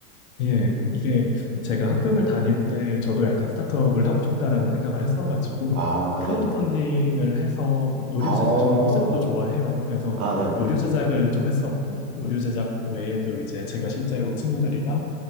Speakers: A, on the left (about 55°); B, on the right (about 65°).
A: 예, 그- 이게 제가 학교를 다닐 때 저도 약간 스타트업을 하고 싶다라는 생각을 했어가지고
B: 아,
A: 크라우드
B: 네네.
A: 펀딩을 해서 의류
B: 아, 어.
A: 제작, 저 옷을 또 좋아해요. 그래서
B: 아, 네네.
A: 의류 제작을 좀 했었고 의류 제작 외에도 이제 제가 실제로 친구들이랑